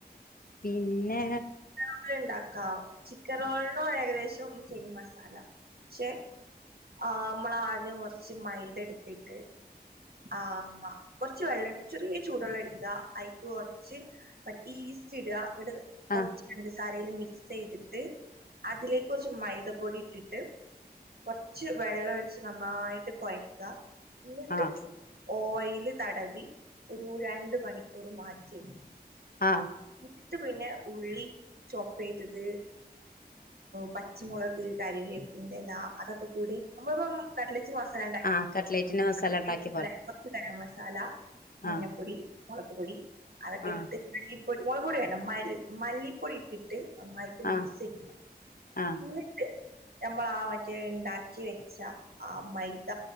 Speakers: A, on the left; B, on the right.
A: പിന്നെ
B: ഒക്കെണ്ടാക്കാം ചിക്കൻ റോളിനോ ഏകദേശം സെയിം മസാല ക്ഷെ ആഹ് മ്മളാദ്യം കൊർച്ച് മൈദെടുത്തിട്ട് ആഹ് അ കൊർച്ച് വെള്ള ചെറിയ ചൂടുെള്ളടുക്ക അയിക്ക് കൊർച്ച് പടി ഈസ്റ്റ് ട ന്ന്ട്ട്
A: ആഹ്
B: കൊർച്ച് <unintelligible> കറീല് മിക്സെയ്തിട്ട് അതിലേക്കൊർച്ച് മൈദ പൊടിട്ടിട്ട് കുറച്ച് വെള്ളം ഒഴച്ച് നന്നായിട്ട് കൊഴക്ക എന്നിട്ട്
A: ആഹ്
B: ഓയില് തടവി ഒരു രണ്ട് മണിക്കൂർ മാറ്റി വെക്ക
A: ആഹ്
B: ഇട്ട പിന്നെ ഉള്ളി ചൊപ്പ ചെയ്തത് പച്ചമുളക് കറിവേപ്പിന്റെ ഇല അതൊക്കെ കൂടി നമ്മളിപ്പം കടലച്ചി മസാല ഉണ്ടാക്ക
A: ആഹ് കട്ട്ലേറ്റിന്റെ മസാല
B: അതല
A: ഉണ്ടാക്കിയ പോലെ
B: കരം മസാല മഞ്ഞപ്പൊടി
A: ആഹ്
B: മുളക് പൊടി അതൊക്കെ
A: ആഹ്
B: കുരു മുളക് പൊടി മ മല്ലിപ്പൊടി ഇട്ടിട്ട് നന്നായിട്ട് മിക്സ്
A: ആഹ്
B: ചെയ്യുക
A: ആഹ്
B: ന്നിട്ട് നമ്മള് ആഹ് മറ്റേണ്ടാക്കി വെച്ച ആഹ് മൈദ